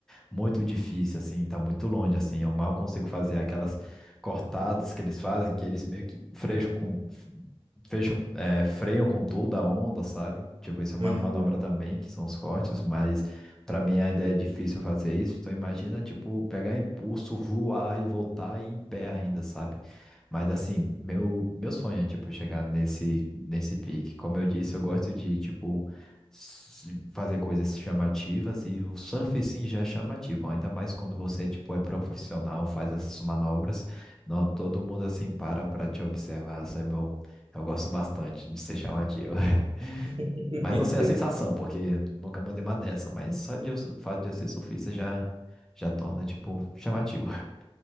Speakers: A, in the centre; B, on the right.
A: muito difícil, assim, tá muito longe, assim. Eu mal consigo fazer aquelas cortadas que eles fazem, que eles meio que freixam com, fecham, é, freiam com toda a onda, sabe? Tipo, isso é uma
B: Uhum.
A: manobra também, que são os cortes, mas pra mim a ideia é difícil fazer isso. Então imagina, tipo, pegar impulso, voar e voltar em pé ainda, sabe? Mas assim, meu, meu sonho é, tipo, chegar nesse, nesse pique. Como eu disse, eu gosto de, tipo, se- fazer coisas chamativas e o surf sim já é chamativo, ainda mais quando você tipo é profissional, faz essas manobras, não todo mundo assim para para te observar, isso é bom. Eu gosto bastante de ser chamativo. <laughs>
B: <laughs>
A: Mas
B: Entendo.
A: não sei a sensação, porque nunca mandei uma dessa, mas só de eu, o fato de eu ser surfista já já torna tipo chamativo. <laughs>